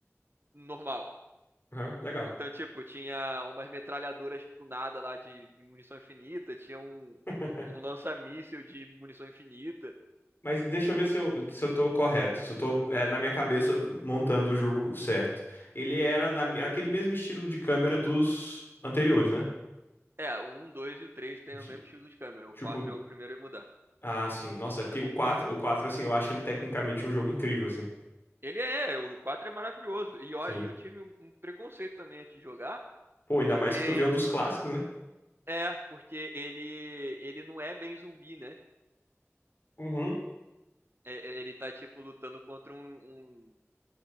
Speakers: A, on the right; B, on the left.
A: normal.
B: aham, legal.
A: Então, tipo, tinha umas metralhadoras do nada lá de munição infinita, tinha um,
B: <laughs>
A: um lança-míssil de munição infinita.
B: Mas deixa eu ver se eu, se eu tô correto, se eu tô é, na minha cabeça montando o jogo certo. Ele era na, aquele mesmo estilo de câmera dos anteriores, né?
A: É, o 1, 2 e o 3 tem
B: De-
A: o mesmo estilo de câmera. O
B: tipo,
A: quatro é o primeiro a mudar.
B: ah, sim. Nossa, é porque o quatro, o quatro assim, eu acho ele tecnicamente um jogo incrível, assim.
A: Ele é, é, o 4 é maravilhoso. E
B: Sim.
A: ó, e eu tive um um preconceito também antes de jogar,
B: Pô, ainda
A: porque
B: mais que tu vê o dos clássicos, né?
A: é, porque ele ele não é bem zumbi, né?
B: Uhum.
A: É, é, ele tá tipo lutando contra um, um-